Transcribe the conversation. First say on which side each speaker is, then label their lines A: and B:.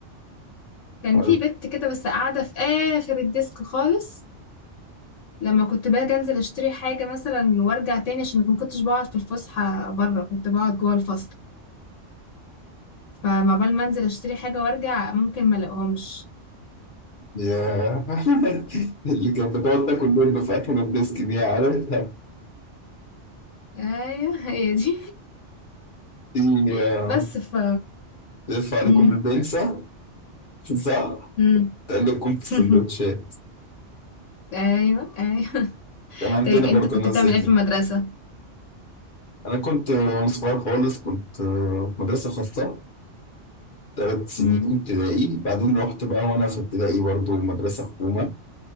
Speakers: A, on the left; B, on the left.
A: كان
B: ولا-
A: في بنت كده بس قاعدة في آخر الديسك خالص لما كنت باجي انزل اشتري حاجة مثلا وارجع تاني عشان ما كنتش بقعد في الفسحة بره كنت بقعد جوه الفصل فما بال ما انزل اشتري حاجة وارجع ممكن ما الاقيهمش
B: يا <laughs> اللي كانت بتقعد تاكل لب في اخر الديسك دي عارفها
A: ايوه هي دي
B: دي
A: <laughs>
B: آه،
A: بس ف
B: تلف عليكم
A: مم.
B: البنسة صح
A: مم.
B: تقلبكم في السندوتشات
A: <laughs> ايوه ايوه <laughs>
B: كان عندنا
A: طيب انت
B: برضه
A: كنت
B: ناس
A: بتعمل
B: زي
A: ايه في
B: كده
A: المدرسة
B: انا كنت وانا صغير خالص كنت آه، في مدرسة خاصة ثلاث سنين
A: مم.
B: ابتدائي بعدين رحت بقى وانا في ابتدائي برضه مدرسة حكومة